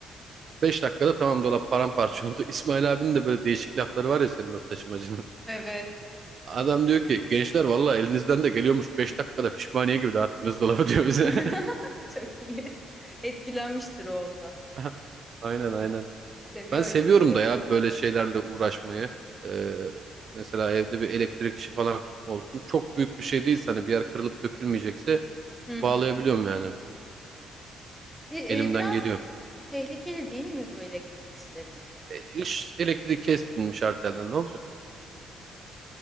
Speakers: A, on the right; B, in the centre.
A: Beş dakikada tamam dolap paramparça oldu. <laughs> İsmail abinin de böyle değişik lafları var ya senin o taşımacının.
B: Evet.
A: <laughs> Adam diyor ki gençler valla elinizden de geliyormuş. Beş dakikada pişmaniye gibi dağıttınız dolabı diyor bize.
B: <laughs> Çok iyi. Etkilenmiştir o ondan.
A: <laughs> Aynen aynen.
B: Seviyor
A: Ben seviyorum
B: öyle işleri.
A: da ya böyle şeylerle uğraşmayı. Ee, mesela evde bir elektrik işi falan olsun. Çok büyük bir şey değilse hani bir yer kırılıp dökülmeyecekse
B: Hı hı.
A: bağlayabiliyorum yani.
B: Te-
A: Elimden
B: e, biraz
A: geliyor.
B: tehlikeli değil mi bu elektrik işleri yani?
A: E, iş- elektriği kestinmiş arterden ne olacak?
B: Hmm,